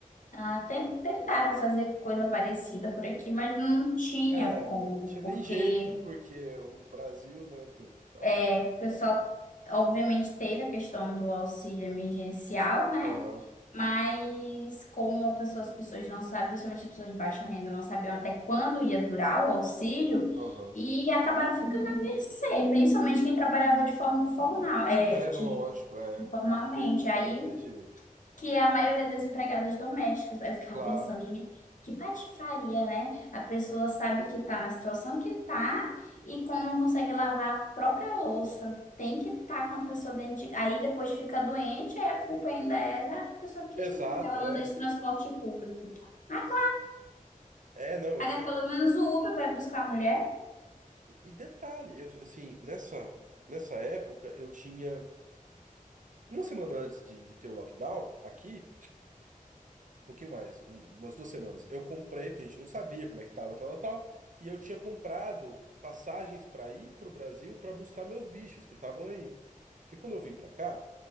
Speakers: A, on the left; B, on the right.
A: Até tentaram fazer coisa parecida por aqui, mas não tinha
B: É,
A: como,
B: mas não tinha
A: porque
B: nem jeito, porque o Brasil, né, t- tava...
A: é, o pessoal obviamente teve a questão do auxílio emergencial, né?
B: Aham,
A: Mas como a pessoa- as pessoas não sabem, principalmente as pessoas de baixa renda, não sabiam até quando ia durar o auxílio
B: aham.
A: e acabaram ficando à mercê, principalmente quem trabalhava de forma informal, é,
B: É
A: de,
B: lógico, é.
A: informalmente.
B: Não, não tem,
A: Aí
B: não tem jeito.
A: que é a maioria das empregadas domésticas. vai ficar
B: Claro.
A: pensando, gente, que patifaria, né? A pessoa sabe que tá na situação que tá e como não consegue lavar a própria louça. Tem que estar com a pessoa dentro de... Aí depois fica doente, aí a culpa ainda é da pessoa que...
B: Exato,
A: Porque ela
B: é.
A: anda de transporte público. Ah, claro,
B: É, não,
A: paga
B: isso é...
A: pelo menos o Uber para buscar a mulher.
B: E detalhe, eu, assim, nessa, nessa época, eu tinha... Uma semana antes de, de ter o lockdown, aqui, pouquinho mais, um- umas duas semanas. Eu comprei, porque a gente não sabia como é que tava, tal, tal, tal. E eu tinha comprado passagens para ir pro Brasil para buscar meus bichos que estavam aí. Porque quando eu vim para cá,